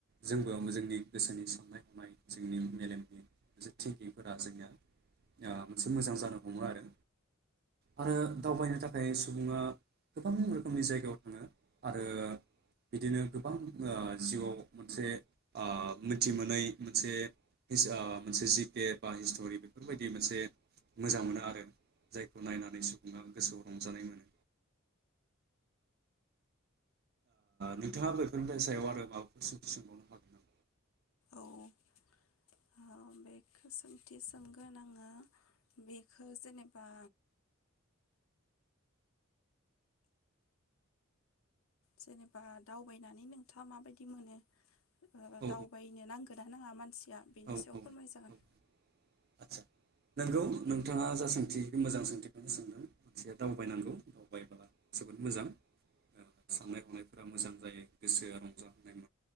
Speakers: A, on the right (about 50°); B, on the left (about 80°).
A: जोंबो जोंनि गोसोनि साननाय हनाय जोंनि मेलेमनि मोनसे थिंकिंफोरा जोंनिया मोनसे मोजां जानो हमो आरो आरो दावबायनो थाखाय सुबुङा गोबां रोखोमनि जायगायाव थाङो आरो बिदिनो गोबां ओ जिउआव मोनसे आ मिथि मोनै मोनसे ओ मोनसे जि केे बा हिस्ट'रि बेफोरबायदि मोनसे मोजां मोनो आरो जायखौ नायनानै सुबुङा गोसोआव रंजानाय मोनो नोंथाङा बेफोरनि सायाव आरो माबाफोर सोंबावनो हागोन
B: अ ओ बेखौ सोंथि सोंगोन आङो बेखौ जेनेबा जेनेबा दावबायनानै नोंथाङा माबायदि मोनो ओ
A: औ
B: दावबायनो नांगोन ना नाङा मानसिया बिनि
A: औ
B: सायाव
A: औ
B: फोरमाय जागोन
A: औ आदसा नोंगौ नोंथाङा जा सोंथि मोजां सोंथिखौनो सोंदों मानसेया दावबायनांगौ दावबायब्ला जोबोद मोजां साननाय हनायफोरा मोजां जायो गोसोआ रंजाय मोनो